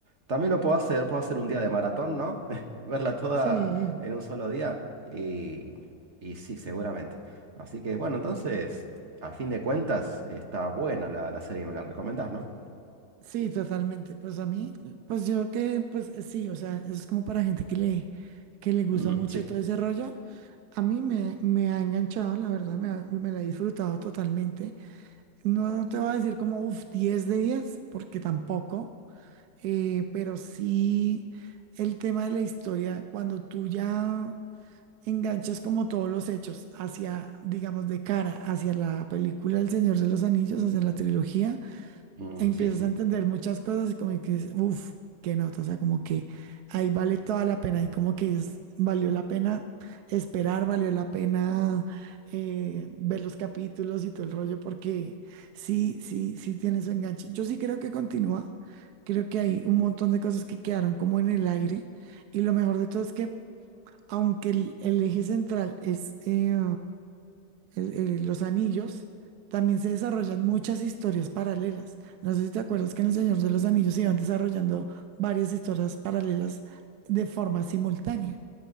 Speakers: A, on the right; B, on the right.
A: también lo puedo hacer, puedo hacer un día de maratón, ¿no? <laughs> Verla toda
B: Sí,
A: en un solo día y, y sí, seguramente. Así que bueno, entonces, a fin de cuentas, está buena la, la serie, me la recomendás, ¿no?
B: sí, totalmente. Pues a mí, pues yo que, pues eh, sí, o sea, eso es como para gente que le, que le gusta
A: Mm,
B: mucho
A: sí,
B: todo ese rollo. A mí me, me ha enganchado, la verdad, me, ha- me la he disfrutado totalmente. No te voy a decir como, uff, 10 de 10 porque tampoco. Eh, pero sí, el tema de la historia, cuando tú ya enganchas como todos los hechos hacia, digamos, de cara, hacia la película El Señor de los Anillos, hacia la trilogía,
A: Mm,
B: empiezas
A: sí, sí.
B: a entender muchas cosas y como que dices, uff, qué nota, o sea, como que ahí vale toda la pena y como que es, valió la pena esperar, valió la pena eh, ver los capítulos y todo el rollo, porque sí, sí, sí tiene su enganche. Yo sí creo que continúa, creo que hay un montón de cosas que quedaron como en el aire y lo mejor de todo es que aunque el, el eje central es... eh, el- el- los anillos, también se desarrollan muchas historias paralelas. No sé si te acuerdas que en El Señor de los Anillos se iban desarrollando varias historias paralelas de forma simultánea.